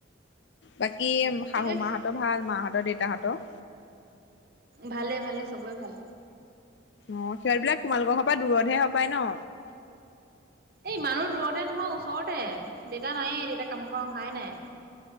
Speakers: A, on the left; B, on the right.
A: বাক্‌ ইয়েম্‌ শাহু
B: তাকে
A: মাহঁতৰ ভাল, মাহঁতৰ দেত তাহাঁতৰ
B: ভালে-ভালে চবয়ে ভাল।
A: অঁ' সিহঁতবিলাক তোমালোকৰ ঘৰৰ পৰা দূৰতহে হব্‌ পায় ন?
B: এ' ইমানো দূৰতে নহয়, ওচৰতে। দেতা নায়ে দেতা কাম পা অহাই নাই।